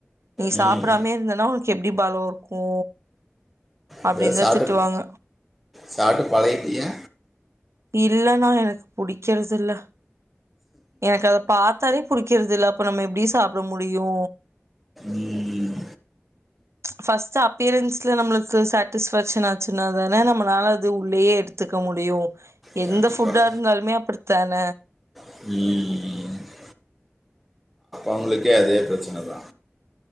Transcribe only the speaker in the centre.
ம்
இல்ல சாப்டு
சாப்டு பழகிட்டியா
ம்
கண்டிப்பாக
ம் அவங்களுக்கே அதே பிரச்சன தா